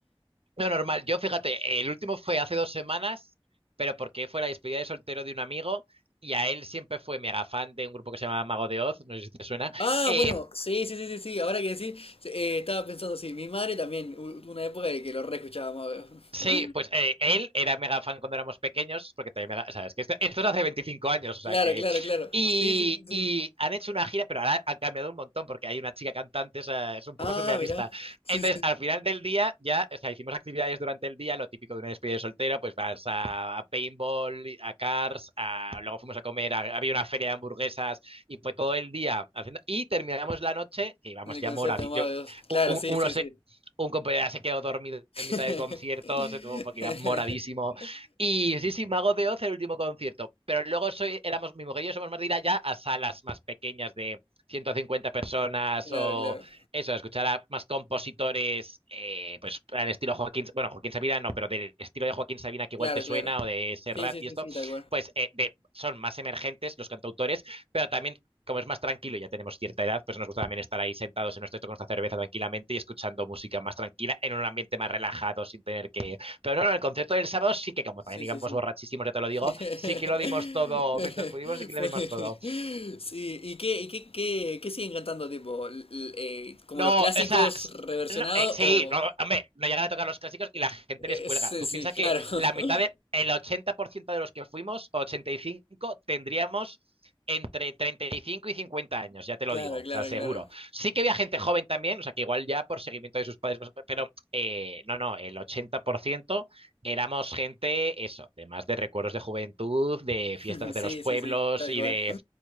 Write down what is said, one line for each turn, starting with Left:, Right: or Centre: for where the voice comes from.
Right: No, normal. Yo, fíjate, el último fue hace dos semanas, pero porque fue la despedida de soltero de un amigo y a él siempre fue mega fan de un grupo que se llama Mago de Oz, no sé si te suena.
Left: Ah,
Right: Eh,
Left: bueno, sí, sí, sí, sí, sí, ahora que decís, eh, estaba pensando, sí, mi madre también, u- una época de que lo re escuchábamos.
Right: Sí,
Left: <laughs>
Right: pues eh, él era mega fan cuando éramos pequeños, porque también, mega, sabes que esto, esto es hace 25 años, o sea
Left: Claro,
Right: que...
Left: claro, claro.
Right: Y,
Left: Sí, sí, sí, sí.
Right: y han hecho una gira, pero ahora han cambiado un montón, porque hay una chica cantante, o sea, es un poco
Left: Ah,
Right: surrealista.
Left: mira. Sí,
Right: Entonces,
Left: sí.
Right: al final del día, ya, o sea, hicimos actividades durante el día, lo típico de una despedida de soltero, pues vas a, a paintball, a cars, a, luego fuimos a comer, a- había una feria de hamburguesas, y fue todo el día haciendo... Y terminamos la noche, que íbamos
Left: En el
Right: ya
Left: concierto
Right: moradi-
Left: de Amado
Right: yo-
Left: Dios. Claro,
Right: u- u-
Left: sí, sí, sí.
Right: un compañero se quedó dormido
Left: <laughs>
Right: en mitad del concierto, se tuvo porque iba moradísimo. Y sí, sí, Mago de Oz el último concierto. Pero luego soy, éramos, mi mujer y yo somos más de ir allá a salas más pequeñas de 150 personas
Left: Claro,
Right: o
Left: claro.
Right: eso, escuchar a más compositores, eh, pues al estilo Joaquín, bueno, Joaquín Sabina no, pero del estilo de Joaquín Sabina que igual
Left: Claro,
Right: te suena
Left: claro.
Right: o de Serrat
Left: Sí, sí,
Right: y
Left: sí,
Right: esto,
Left: sí, tal cual.
Right: pues eh, de, son más emergentes los cantautores, pero también como es más tranquilo, ya tenemos cierta edad, pues nos gusta también estar ahí sentados en nuestro techo con nuestra cerveza tranquilamente y escuchando música más tranquila en un ambiente más relajado sin tener que... Pero no, no, el concierto del sábado sí que como
Left: Sí,
Right: también íbamos
Left: sí, sí.
Right: borrachísimos, ya te lo digo,
Left: <laughs>
Right: sí que lo dimos todo, mientras pudimos sí que le
Left: Fue-
Right: dimos todo.
Left: Sí, ¿y qué, y qué, qué, qué siguen cantando, tipo? l- l- eh, ¿como
Right: No,
Left: los clásicos
Right: o sea, s-
Left: reversionados
Right: no, eh, sí,
Left: o...?
Right: no, hombre, no llegan a tocar los clásicos y la gente
Left: eh,
Right: les cuelga.
Left: sí,
Right: Tú
Left: sí,
Right: piensas
Left: claro.
Right: que
Left: <laughs>
Right: la mitad de, el 80% de los que fuimos, 85, tendríamos entre treinta y cinco y cincuenta años, ya te
Left: Claro,
Right: lo digo, o
Left: claro,
Right: sea, seguro.
Left: claro.
Right: Sí que había gente joven también, o sea, que igual ya por seguimiento de sus padres, no sé, pero eh, no, no, el 80% éramos gente, eso, de más de recuerdos de juventud, de fiestas
Left: <laughs> Sí,
Right: de los pueblos
Left: sí, sí, tal
Right: y
Left: cual.
Right: de